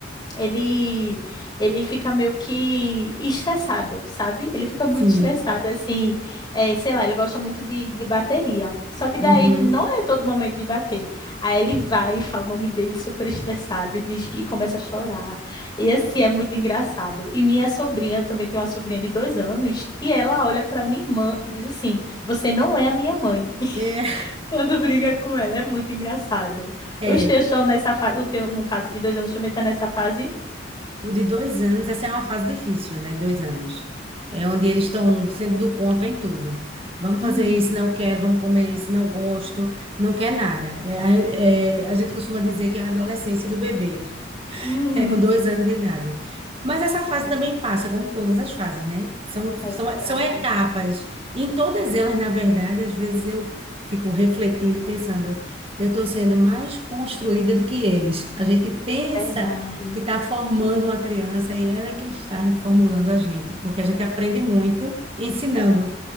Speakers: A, on the left (about 25°); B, on the right (about 30°).
A: ele ele fica meio que estressado, sabe? Ele fica
B: sim.
A: muito estressado, assim, é, sei lá, ele gosta muito de, de bateria. Só que daí
B: Uhum.
A: não é todo momento de bater. Aí ele vai e fala o nome dele super estressado e diz que e começa a chorar. E assim, é muito engraçado. E minha sobrinha, eu também tenho uma sobrinha de dois anos, e ela olha para minha irmã e diz assim, você não é a minha mãe. <laughs>
B: É,
A: Quando briga com ela, é muito engraçado.
B: é,
A: Os teus estão nessa fase, o teu, no caso, de dois anos também está nessa fase?
B: O de dois anos, essa é uma fase difícil, né? Dois anos. É onde eles estão sendo do contra em tudo. Vamos
A: Uhum.
B: fazer isso, não quero, vamos comer isso, não gosto, não quer nada. É, a, é, a gente costuma dizer que é a adolescência do bebê
A: Uhum.
B: que é com dois anos de idade. Mas essa fase também passa, como todas as fases, né? São, são,
A: É verdade,
B: são etapas. E em todas elas, na verdade, às vezes eu fico refletindo e pensando, eu estou sendo mais construída do que eles. A gente pensa
A: verdade,
B: que está formando uma criança e ela é quem está reformulando a gente, porque a gente aprende muito ensinando